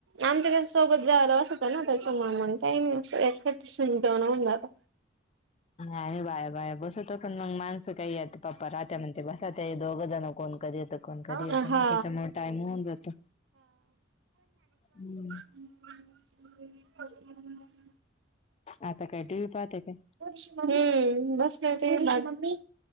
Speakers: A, on the right (about 65°); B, on the left (about 35°).
A: आमच्या सोबत जायला असतं ना त्याच्यामुळं मंग काही नाही असं एकटी सिमटावून होऊन जाता.
B: आणि बाय बाय बसवतो पण मग माणसं काही येतं पप्पा राहत्या म्हणते बसा ते दोघं जण कोण कर येतं कोण
A: हा
B: कधी येता
A: हा
B: त्याच्यामुळे टाइम होऊन जातो हम्म.
A: <inaudible>
B: आता काय टीव्ही पाहते काय?
A: हम्म बसले होते.